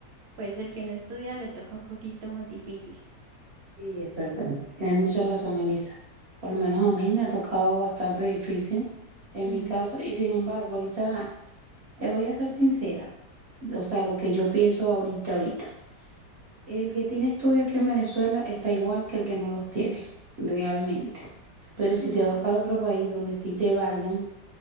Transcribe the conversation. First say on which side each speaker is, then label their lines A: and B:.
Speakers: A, on the right (about 65°); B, on the right (about 50°).
A: pues el que no estudia le toca un poquito más difícil.
B: Sí, es verdad. Tienes mucha razón, Elisa. Por lo menos a mí me ha tocado bastante difícil en
A: Mm,
B: mi caso y sin embargo, ahorita Te voy a ser sincera, o sea, lo que yo pienso ahorita, ahorita. El que tiene estudios aquí en Venezuela está igual que el que no los tiene, realmente. Pero si
A: mm,
B: te vas para otro país donde sí te valgan